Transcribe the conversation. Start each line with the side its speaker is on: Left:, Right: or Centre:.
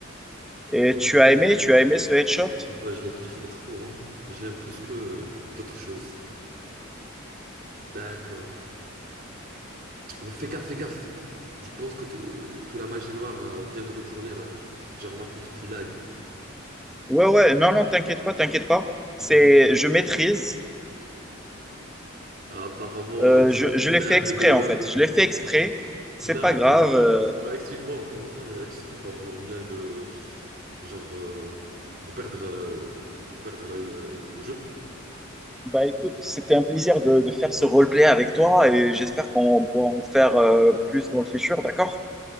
Centre: Et
Right: Ben,
Centre: tu
Right: vraiment,
Centre: as aimé, tu as aimé ce headshot?
Right: Ah ouais, je l'ai kiffé trop, hein. Je l'aime plus que d'autres choses. D'accord. Ben, fais gaffe, fais gaffe. Je pense que, te- que la magie noire euh, vient de retourner, là. J'ai remarqué que tu lags.
Centre: Ouais, ouais, non, non, t'inquiète pas, t'inquiète pas. C'est, je maîtrise.
Right: Apparemment,
Centre: Euh,
Right: ils sont...
Centre: je, je
Right: C'est
Centre: l'ai fait
Right: un
Centre: exprès,
Right: v 2
Centre: en fait. Je l'ai fait exprès. C'est
Right: D'accord.
Centre: pas grave.
Right: Bah,
Centre: Euh,
Right: bah, explique-moi comment ça, euh, exprès, bah, on vient de genre euh, de perdre euh, perdre euh, le jeu.
Centre: bah, écoute, c'était un plaisir de, de faire ce roleplay avec toi et j'espère qu'on pourra en faire euh, plus dans le futur, d'accord?